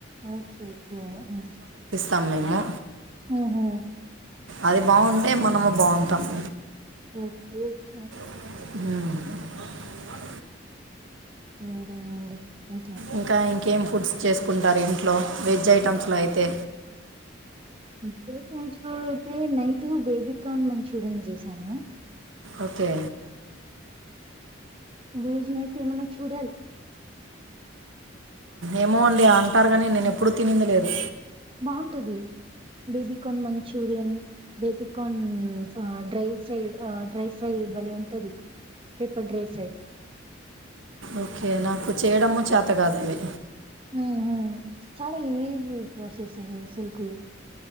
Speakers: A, on the right; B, on the right.
A: ఓకే ఓకే హా
B: తమ్మిము
A: హు హు
B: అది బాగుండే మనము బా తమ్
A: <unintelligible>
B: అ
A: ఉ అదే అండి అయితే
B: ఇంకా ఇ కేం ఫుడ్స్ చేసుకుంటారు ఇన్ ఇట్లో వెజ్ ఐటమ్స్లో అయితే
A: డే టైమ్స్ అయితే నైట్ బేబీ కార్న్ మంచూరియన్ చేశాను
B: ఓకే
A: రోజ నతే మన చూడాల
B: ఏమో అండి అంటారు కాని నేను ఎప్పుడు తినింది లేదు
A: బాగుంటది బేబికన్ మం Manchurian baby corn dry fry dry fry భలే ఉంటది పెప్పర్ డ్రై ఫ్రై
B: ఓకే నాకు చేయడము చేతగాదువి
A: హ చాలా ఈజీ ప్రాసెస్ ఆశలకు